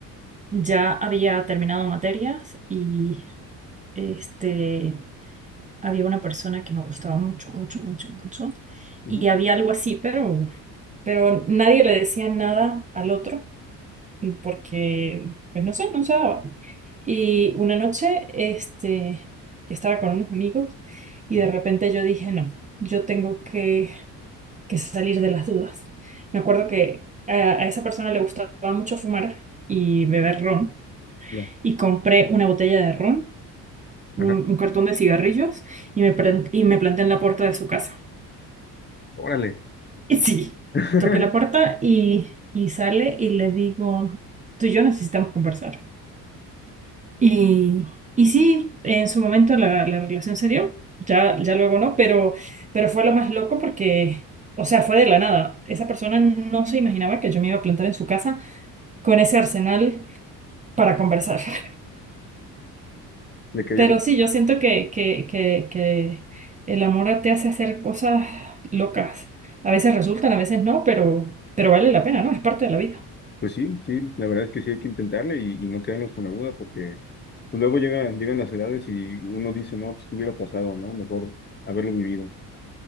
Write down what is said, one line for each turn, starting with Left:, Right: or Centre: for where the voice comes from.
Right: ya había terminado materias y este, había una persona que me gustaba mucho, mucho, mucho, mucho.
Left: ajá,
Right: Y había algo así, pero, pero nadie le decía nada al otro. porque, pues no sé, no se daba. Y una noche, este, estaba con unos amigos y
Left: ajá,
Right: de repente yo dije, no, yo tengo que, que salir de las dudas. Me acuerdo que a, a esa persona le gustaba mucho fumar y beber ron
Left: ya,
Right: y compré una botella de ron, un,
Left: ajá.
Right: un cartón de cigarrillos y me, pren- y me planté en la puerta de su casa.
Left: Órale.
Right: Y sí,
Left: <laughs>
Right: toqué la puerta y, y sale y le digo, tú y yo necesitamos conversar. Y, y sí, en su momento la, la relación se dio, ya, ya luego no, pero, pero fue lo más loco porque, o sea, fue de la nada. Esa persona no se imaginaba que yo me iba a plantar en su casa con ese arsenal para conversar. <laughs>
Left: Le cayó-
Right: Pero sí, yo siento que, que, que, que el amor te hace hacer cosas locas. A veces resultan, a veces no, pero, pero vale la pena, ¿no? Es parte de la vida,
Left: Pues sí, sí, la verdad es que sí hay que intentarle y, y no quedarnos con la duda porque pues luego llegan, llegan las edades y uno dice, no, pues qué hubiera pasado, ¿no? Mejor haberlo vivido.